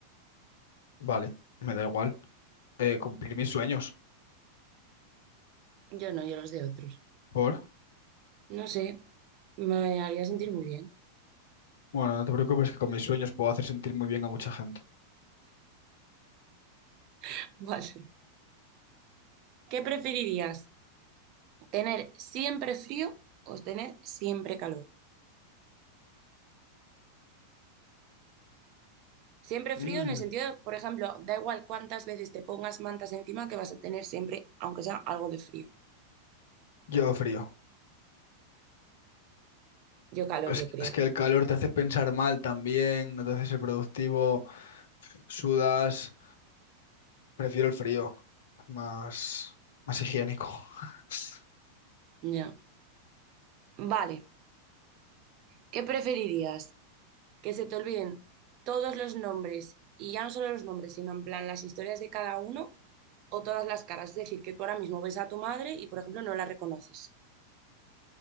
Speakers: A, on the left; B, on the right.
A: Vale, me da igual. Eh, cumplir mis sueños.
B: Yo no, yo los de otros.
A: ¿Por?
B: No sé, me haría sentir muy bien.
A: Bueno, no te preocupes que con mis sueños puedo hacer sentir muy bien a mucha gente.
B: <laughs> Vale. ¿Qué preferirías? ¿Tener siempre frío o tener siempre calor? Siempre
A: Mm.
B: frío en el sentido, de, por ejemplo, da igual cuántas veces te pongas mantas encima que vas a tener siempre, aunque sea algo de frío.
A: Yo frío.
B: Yo calor,
A: Es,
B: yo creo.
A: es que el calor te hace pensar mal también, no te hace ser productivo, sudas. Prefiero el frío, más, más higiénico. <laughs>
B: Ya. Vale. ¿Qué preferirías? ¿Que se te olviden todos los nombres y ya no solo los nombres, sino en plan las historias de cada uno o todas las caras? Es decir, que tú ahora mismo ves a tu madre y, por ejemplo, no la reconoces.